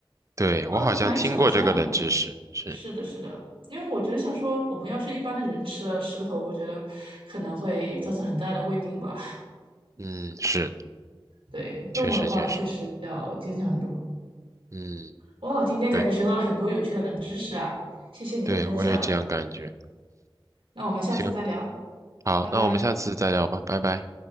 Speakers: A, on the right (about 35°); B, on the right (about 70°).
A: 对，
B: 哇，
A: 我好像听过这个冷知识，
B: 真的难以想象。
A: 是，
B: 是的，是的，因为我觉得像说我们要是一般的人吃了石头，我觉得可能会造成很大的胃病吧。
A: 嗯，是，
B: 对，动物的话确实比较坚强很多。
A: 确实确实，嗯，
B: 哦，今天感觉学到了很多有趣的冷知识啊，
A: 对
B: 谢谢你的分享啊，
A: 对，我也这样感觉。
B: 那我们下次再聊，
A: 行，好，
B: 拜拜。
A: 那我们下次再聊吧，拜拜。